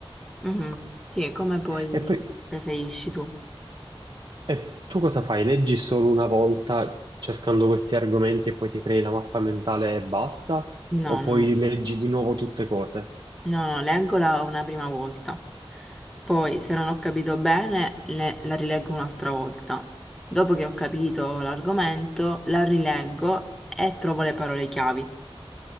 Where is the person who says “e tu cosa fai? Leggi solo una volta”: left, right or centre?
Right